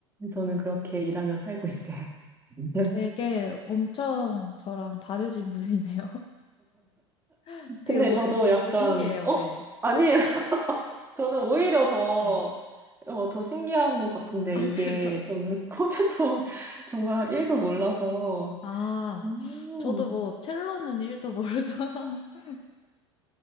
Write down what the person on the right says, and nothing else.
저는 그렇게 일하며 살고 있어요. <laughs>
근데
저도 약간,
어?
아니에요. <laughs> 저는 오히려 더,
어, 더 신기한 것 같은데,
이게
저는 <laughs> 컴퓨터 정말 일도 몰라서.
음,